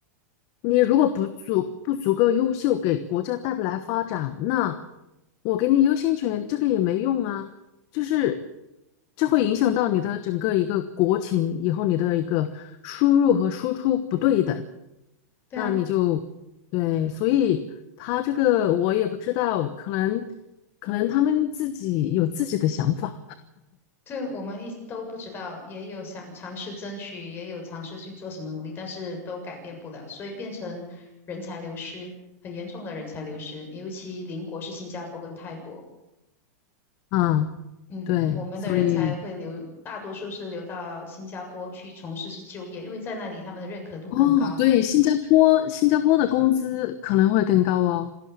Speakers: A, on the left; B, on the left.
A: 你如果不足不足够优秀，给国家带不来发展，那我给你优先权，这个也没用啊。就是这会影响到你的整个一个国情，以后你的一个输入和输出不对等，
B: 对啊，
A: 那你就对。所以他这个我也不知道，可能可能他们自己有自己的想法
B: 对我们一都不知道，也有想尝试争取，也有尝试去做什么努力，但是都改变不了，所以变成人才流失，很严重的人才流失，尤其邻国是新加坡跟泰国。
A: 啊。
B: 嗯，
A: 对，
B: 我们的人才会留，
A: 所以
B: 大多数是留到新加坡去从事去就业，因为在那里他们的认可度更高，
A: 哦，对，新加坡新加坡的工资可能会更高哦。